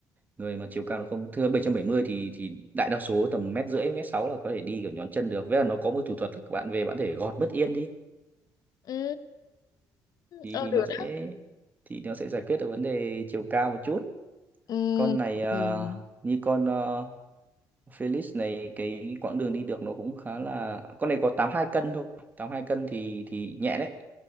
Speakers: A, on the right; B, on the left.
A: người mà chiều cao nó không thưa 770 thì thì đại đa số tầm mét rưỡi mét sáu là có thể đi kiểu nhón chân được với là nó có một thủ thuật là các bạn về bạn có thể gọt bất yên đi
B: Ừ.
A: thì
B: Ờ
A: thì nó
B: được
A: sẽ
B: đó.
A: thì nó sẽ giải quyết được vấn đề chiều cao một chút
B: Ừm,
A: con này ờ,
B: ừm,
A: như con ờ, Felix này cái quãng đường đi được nó cũng khá là con này có tám hai cân thôi tám hai cân thì thì nhẹ đấy